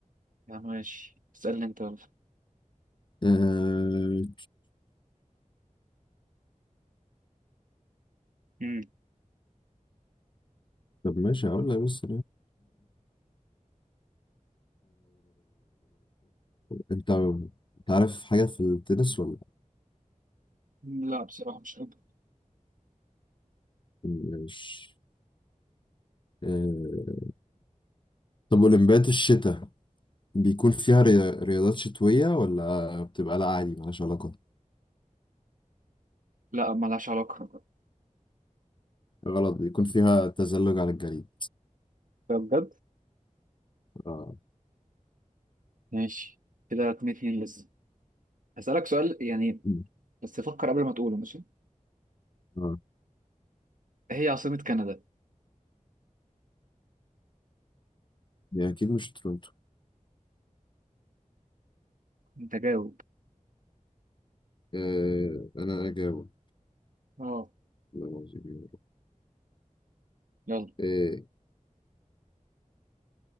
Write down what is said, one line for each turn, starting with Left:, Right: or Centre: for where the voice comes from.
Right: يا عم ماشي اسألني أنت يلا
Left: آه...
Right: امم
Left: طب ماشي هقول لك بص انت انت عارف حاجة في التنس ولا
Right: لا بصراحة مش قادر
Left: مش آه، طب أولمبياد الشتاء بيكون فيها ري- رياضات شتوية ولا بتبقى لا عادي ملهاش علاقة؟
Right: لا ملهاش علاقة ده
Left: غلط بيكون فيها تزلج على الجليد
Right: بجد
Left: اه
Right: ماشي كده اتنين اتنين لسه هسألك سؤال يعني
Left: مم.
Right: بس فكر قبل ما تقوله ماشي
Left: اه
Right: هي عاصمة كندا
Left: دي أكيد مش تورونتو
Right: أنت جاوب
Left: آه، أنا أجاوب
Right: اه
Left: والله العظيم يا رب.
Right: يلا
Left: إيه